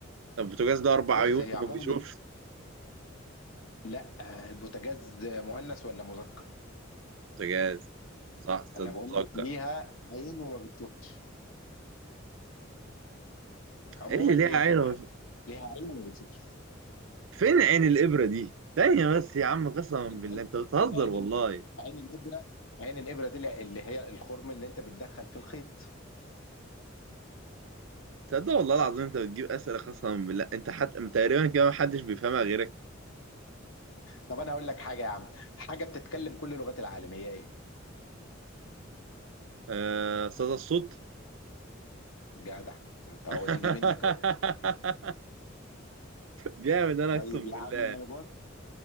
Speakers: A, on the right (about 70°); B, on the left (about 85°).
A: البوتاجاز ده اربع
B: بص
A: عيون
B: هي
A: ما
B: عموما
A: بيشوفش
B: لا آه، البوتاجاز مؤنث ولا مذكر
A: بوتاجاز صح صدق
B: انا بقول
A: اتذكر
B: لك ليها عين وما بتشوفش عموما
A: ايه اللي ليها
B: هي الابره
A: عين ومش...
B: ليها عين وما بتشوفش
A: فين عين الابره دي ثانيه بس يا عم قسما بالله
B: العين
A: انت بتهزر
B: العين
A: والله
B: عين الابره عين الابره دي اللي هي الخرم اللي انت بتدخل في الخيط
A: تصدق والله
B: صح
A: العظيم انت بتجيب اسئله قسما بالله انت حتى تقريبا كده محدش بيفهمها غيرك
B: طب انا هقول لك حاجه يا عم حاجه بتتكلم كل لغات العالم هي ايه
A: آه صدى الصوت
B: جدع ما انت
A: <laughs>
B: هو تيجي منك اهو
A: جامد انا
B: طيب
A: اقسم
B: يا
A: بالله
B: عم بص